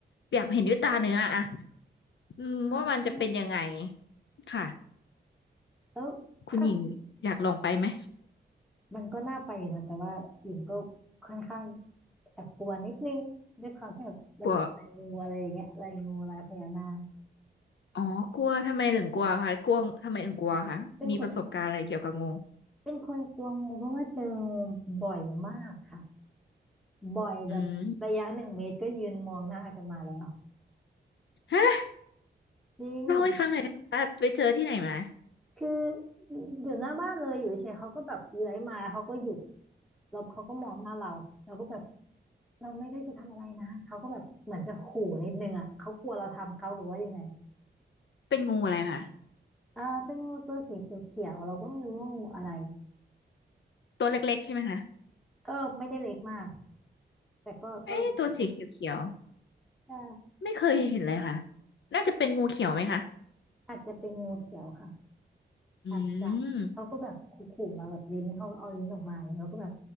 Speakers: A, on the left; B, in the centre.
A: อยากเห็นด้วยตาเนื้ออะ อืมว่ามันจะเป็นยังไง
B: อ่า
A: ค่ะ
B: แล้วถ้า
A: คุณหญิงอยากลองไปไหม
B: มันก็น่าไปอยู่นะแต่ว่าหญิงก็ค่อนข้างแอบกลัวนิดนึงด้วยความที่แบบมันเป็นลายงูอะไรอย่างเงี้ยลายงูลายพญานาค
A: กลัวอ๋อกลัวทำไมถึงกลัวคะกลัวทำไมถึงกลัวคะมีประสบการณ์อะไรเกี่ยวกับงู
B: เป็นคนเป็นคนกลัวงูเพราะว่าเจองูบ่อยมากค่ะบ่อยแบบระยะหนึ่งเมตรก็ยืนมองหน้ากันมาแล้ว
A: อืมฮะ
B: จริง
A: เล่าให้ฟังหน่อยได้ไหมคะไปเจอที่ไหนมา
B: คืออยู่หน้าบ้านเลยอยู่เฉยๆเขาก็แบบเลื้อยมาแล้วเขาก็หยุด แล้วเขาก็มองหน้าเราเราก็แบบเราไม่ได้จะทำอะไรนะเขาก็แบบเหมือนจะขู่นิดนึงอ่ะเขากลัวเราทำเขาหรือว่ายังไง
A: เป็นงูอะไรคะ
B: อ่าเป็นงูตัวสีเขียวๆเราก็ไม่รู้ว่างูอะไร
A: ตัวเล็กๆใช่ไหมคะ
B: ก็ไม่ได้เล็กมากแต่ก็ก็เล็กอยู่
A: เอ๊ะตัวสีเขียว
B: ใช่
A: ๆไม่เคยเห็นเลยค่ะน่าจะเป็นงูเขียวไหมคะ
B: อาจจะเป็นงูเขียวค่ะ
A: อื
B: อาจจะเขาก็แบบขู่ๆเราแบบลิ้นเขาก็เอาลิ้นออกมาอย่างเงี้ยเราก็แบบ
A: ม